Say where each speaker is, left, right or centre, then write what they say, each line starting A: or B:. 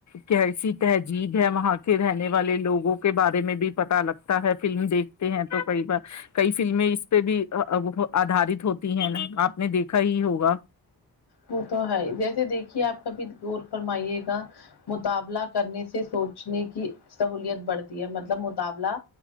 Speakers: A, on the left; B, on the left.
A: کیسی ت جیب ہے وہاں کے رہنے والے لوگوں کے بارے میں بھی پتا لگتا ہے فلم دیکھتے ہیں تو کئی بار کئی فلمیں اس پہ بھی آدارت ہوتی ہیں نا آپ نے دیکھا ہی ہوگا
B: وہ تو ہے جیسے دیکھیے آپ کا بھی غور فرمائیے گا مطابلہ کرنے سے سوچنے کی سہولت بڑھتی ہے مطلب مطابلہ